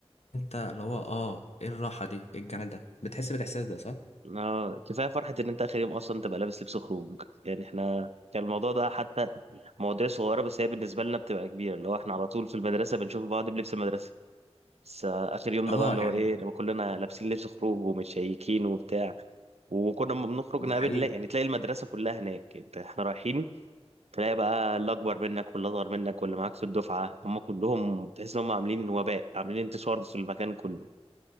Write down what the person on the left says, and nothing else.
أنت اللي هو آه إيه الراحة دي إيه الجمال ده بتحس بالإحساس ده صح؟
آه
يعني
ده
حقيقي